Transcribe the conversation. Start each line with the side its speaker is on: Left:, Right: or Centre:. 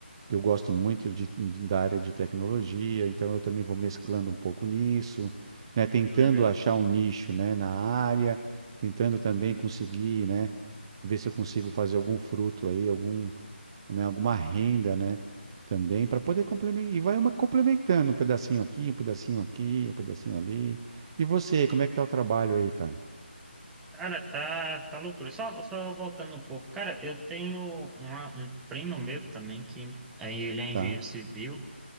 Right: que eu gosto muito de, de- da área de tecnologia, então eu também vou mesclando um pouco nisso, né? Tentando
Centre: Tô ligado.
Right: achar um nicho, né, na área, tentando também conseguir, né, ver se eu consigo fazer algum fruto aí, algum, né, alguma renda, né, também para poder complementar. E vai uma complementando um pedacinho aqui, um pedacinho aqui, um pedacinho ali. E você, como é que tá o trabalho aí, cara?
Centre: Cara, tá, tá loucura. Só, só voltando um pouco. Cara, eu tenho uma- um primo meu também, que aí ele é
Right: Tá?
Centre: engenheiro civil.